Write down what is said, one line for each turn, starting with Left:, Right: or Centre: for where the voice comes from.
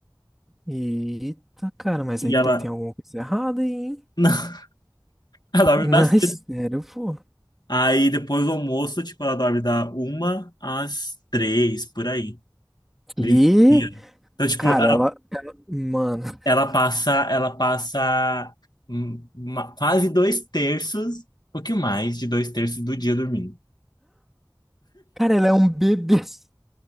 Centre: Eita, cara, mas
Left: E
Centre: aí
Left: ela.
Centre: tá, tem alguma coisa errada aí, hein?
Left: <laughs> Ela
Centre: <laughs>
Left: dorme
Centre: Não,
Left: bastante.
Centre: é sério, pô.
Left: Aí depois do almoço, tipo, ela dorme da uma às três, por aí. Meio-dia.
Centre: E,
Left: Então, tipo,
Centre: cara,
Left: ela,
Centre: ela. Mano. <laughs>
Left: ela passa, ela passa hum, uma- quase dois terços, um pouquinho mais de dois terços do dia dormindo.
Centre: Cara, ela é um bebê. <laughs>